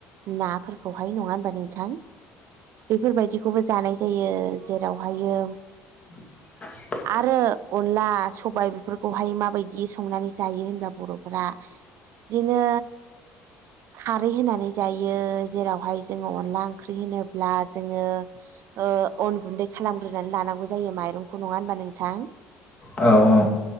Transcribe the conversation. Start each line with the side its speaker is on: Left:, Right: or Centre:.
Right: नाफोरखौहाय। नङा होनबा नोंथां? बेफोरबायदि बेखौबो जानाय जायो। जेरावहायो
Left: <inaudible>
Right: आरो अनला सबाय बेफोरखौहाय माबायदि संनानै जायो होनबा बर'फोरा दिनो खारै होनानै जायो। जेरावहाय जोङो अनला ओंख्रि होनोब्ला जोङो ओ अन गुन्दै खालामग्रोनानै लानांगौ जायो माइरंखौ। नङा होनबा नोंथां?
Left: औ औ